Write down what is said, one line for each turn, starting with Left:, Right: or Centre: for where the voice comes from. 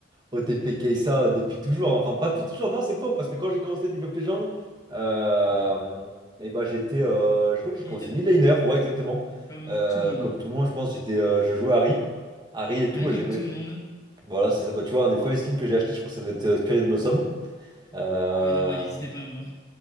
Right: OTP, Kai'Sa depuis toujours. hein. Enfin, pas depuis toujours, non, c'est faux, parce que quand j'ai commencé League of Legends, euh, et bah, j'étais. euh, je crois que
Left: Mid.
Right: j'ai commencé mid laner, ouais, exactement.
Left: Comme
Right: Euh,
Left: tout le monde.
Right: comme tout le monde, je pense, j'étais, euh, je jouais Harry. Harry et
Left: Ouais,
Right: tout,
Left: comme
Right: et j'aimais.
Left: tout le monde.
Right: Voilà, c'est ça. Bah, tu vois, un des premiers skins que j'ai acheté, je crois que ça doit être euh, Spirit Blossom. Euh,
Left: Ah oui, non, moi, il n'existait pas, moi.